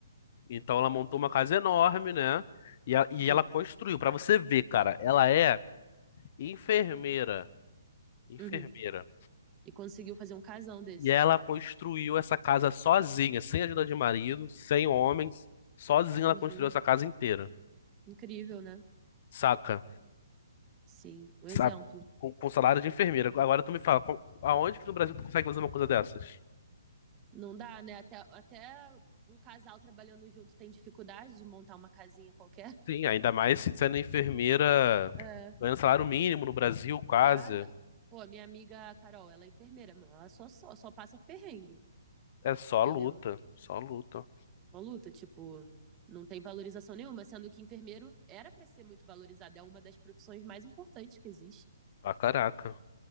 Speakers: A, on the left (about 45°); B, on the right (about 25°).
A: Então ela montou uma casa enorme, né? E, a- e
B: Sim.
A: ela construiu, pra você ver, cara, ela é enfermeira, enfermeira.
B: Uhum. E conseguiu fazer um casão desse.
A: E ela construiu essa casa sozinha, sem ajuda de marido, sem homens, sozinha ela
B: Uhum.
A: construiu essa casa inteira,
B: Incrível, né?
A: saca?
B: Sim, um
A: Sa-
B: exemplo.
A: Com, com salário de enfermeira. Agora tu me fala, com- aonde que no Brasil tu consegue fazer uma coisa dessas?
B: Não dá, né? Até, até um casal trabalhando junto tem dificuldade de montar uma casinha qualquer.
A: Sim, ainda mais se- sendo enfermeira,
B: É,
A: ganhando salário mínimo no Brasil, quase.
B: nada. Pô, minha amiga Carol, ela é enfermeira, mano. Ela só, só, só passa perrengue,
A: É só
B: entendeu?
A: luta, só luta.
B: Uma luta, tipo, não tem valorização nenhuma, sendo que enfermeiro era pra ser muito valorizado, é uma das profissões mais importantes que existe.
A: Pra caraca.